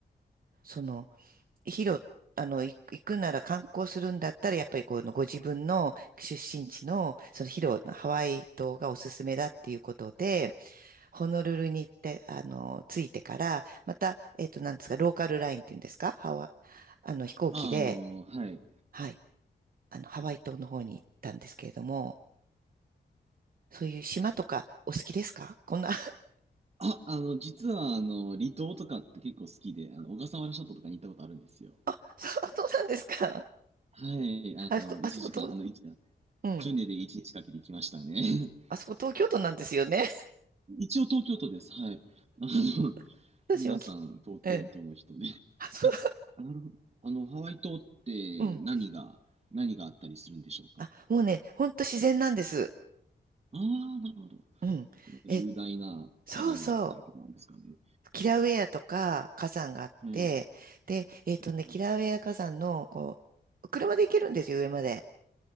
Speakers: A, on the right (about 55°); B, on the right (about 40°).
A: その、ヒロ、あの、い行くなら観光するんだったら、やっぱりこのご自分の出身地の、そのヒロのハワイ島がおすすめだっていうことで、ホノルルに行って、あの、着いてから、また、えっと、なんですか、ローカルラインっていうんですか、ハワ、あの、飛行機で、
B: ああ、あのーはい。
A: はい、あの、ハワイ島の方に行ったんですけれども、そういう島とかお好きですかこんな、
B: あ、あの、実は、あの、離島とかって結構好きで、あの、小笠原諸島とかに行ったことあるんですよ。
A: <laughs> そうそうなんですか
B: はい。あの、
A: あそこ、あそこと、
B: 1時間、あの、一
A: うん。
B: 船で1日かけて行きましたね。<laughs>
A: あそこ東京都なんですよね。
B: 一応東京都です。はい。あの、
A: <laughs> 私もき、
B: 皆さん、東京都の人で。
A: ええ。<laughs> あ、そ
B: え、なるほど。あの、ハワイ島って何が、
A: う、うん。
B: 何があったりするんでしょうか
A: あ、もうね、ほんと自然なんです。
B: ああ、なるほど。
A: うん。
B: なんか雄大な火山があったりとかなんですかね。
A: え、そうそう。キラウェアとか火山があって、
B: はい。
A: で、えっとね、
B: はいはい。
A: キラウェア火山の、こう、車で行けるんですよ、上まで。